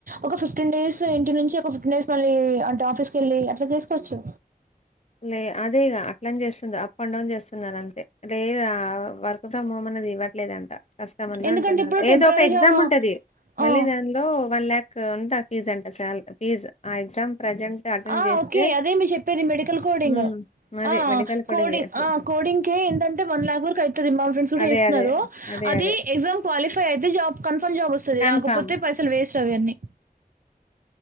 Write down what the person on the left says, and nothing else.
లే అదేగా అట్లని చేస్తుంది అప్ అండ్ డౌన్ చేస్తున్నారు అంతే రే వర్క్ ఫ్రమ్ హోమ్ ఇవ్వట్లేదంట కష్టమంద
అంటున్నారు
ఏదో ఒక ఎగ్జామ్ ఉంటది
మళ్ళీ దానిలో వన్ లక్ ఉ ఫీజ్ అంట చాలా ఫీజ్ ఆ ఎగ్జామ్ ప్రజెంట్ అటెండ్
చేస్తే
హ్మ్. అదే
మెడికల్ కోడింగే. సో
అదే అదే. అదే
అదే.
కన్ఫర్మ్.